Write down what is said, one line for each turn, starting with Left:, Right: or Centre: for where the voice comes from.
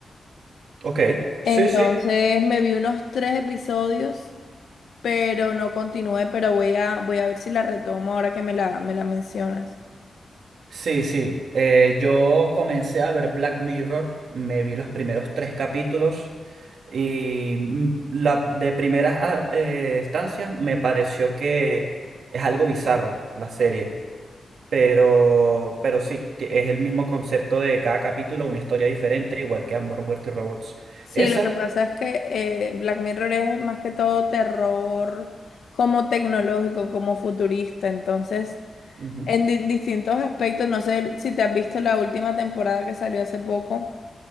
Right: Ok, sí,
Left: Entonces
Right: sí.
Left: me vi unos tres episodios, pero no continué, pero voy a, voy a ver si la retomo ahora que me la, me la mencionas.
Right: Sí, sí. Eh, yo comencé a ver Black Mirror, me vi los primeros tres capítulos y mm, la, de primeras ah, eh, estancias me pareció que es algo bizarra la serie. Pero, pero sí, que es el mismo concepto de cada capítulo, una historia diferente, igual que Amor, Muerte y Robots.
Left: Sí,
Right: Esa,
Left: lo que pasa es que eh, Black Mirror es más que todo terror como tecnológico, como futurista, entonces...
Right: ujú,
Left: en di- distintos aspectos. No sé si te has visto la última temporada que salió hace poco.